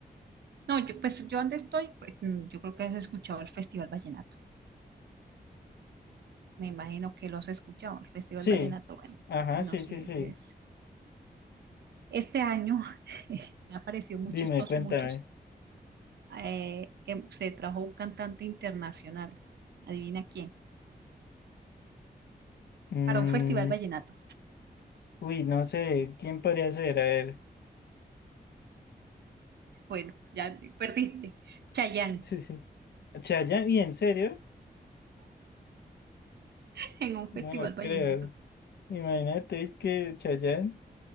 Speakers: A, on the right (about 80°); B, on the left (about 80°).
A: No, yo, pues yo donde estoy, pues, mm, yo creo que has escuchado el Festival Vallenato. Me imagino que lo has escuchado, el Festival
B: Sí,
A: Vallenato. Bueno,
B: ajá,
A: bueno,
B: sí,
A: sí,
B: sí, sí.
A: ese es. Este año <laughs> me ha parecido muy
B: Dime,
A: chistoso
B: cuéntame.
A: muchos. eh, em- se trajo un cantante internacional. Adivina quién.
B: Mm,
A: Para un Festival Vallenato.
B: uy, no sé, ¿quién podría ser? A ver.
A: Bueno, ya perdiste. Chayanne.
B: <laughs> Chayanne, ¿y en serio?
A: <laughs> En un
B: No
A: Festival
B: lo
A: Vallenato.
B: creo. Imagínate, es que Chayanne,